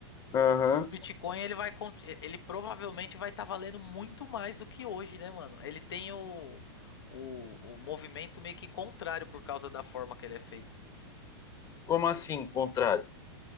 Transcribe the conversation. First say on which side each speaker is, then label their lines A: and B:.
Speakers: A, on the left (about 25°); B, on the left (about 75°).
A: Aham.
B: O Bitcoin, ele vai, con- ele provavelmente vai estar valendo muito mais do que hoje, né, mano? Ele tem o, o, o movimento meio que contrário por causa da forma que ele é feito.
A: Como assim, contrário?